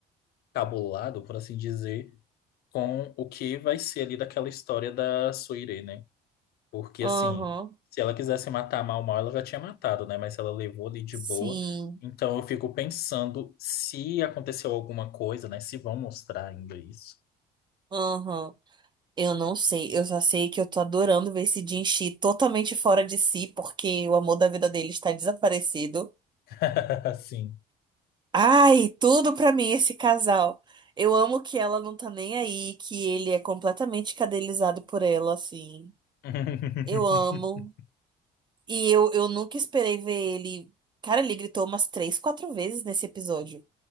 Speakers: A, on the left; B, on the right.
A: cabulado, por assim dizer, com o que vai ser ali daquela história da Suire, né? Porque,
B: aham,
A: assim, se ela quisesse matar mal, mal, ela já tinha matado, né? Mas ela levou ali de
B: sim,
A: boa. Então, eu fico pensando se aconteceu alguma coisa, né? Se vão mostrar ainda isso.
B: aham. Eu não sei, eu só sei que eu tô adorando ver esse Jinxi totalmente fora de si, porque o amor da vida dele está desaparecido.
A: <laughs> Sim.
B: Ai, tudo pra mim esse casal. Eu amo que ela não tá nem aí, que ele é completamente cadelizado por ela, assim.
A: <laughs>
B: Eu amo. E eu, eu nunca esperei ver ele. Cara, ele gritou umas três, quatro vezes nesse episódio.